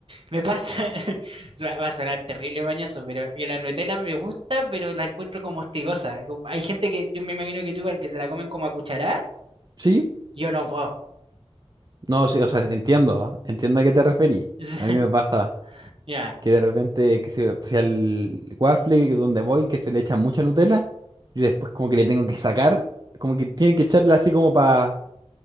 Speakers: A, on the right (about 55°); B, on the right (about 40°).
A: me pasa. <laughs> Va va a sonar terrible mañoso, pero yo la Nutella me gusta, pero la encuentro como hostigosa. Como- Hay gente que yo me imagino que igual que se la comen como a cucharada.
B: ¿sí?
A: Yo no puedo.
B: No, sí, o sea, entiendo, ¿ah? Entiendo a qué te referí.
A: <laughs>
B: A mí me pasa.
A: Ya.
B: que de repente, que se, o sea, el waffle que donde voy, que se le echa mucha Nutella, y después como que le tengo que sacar, como que tiene que echarle así como para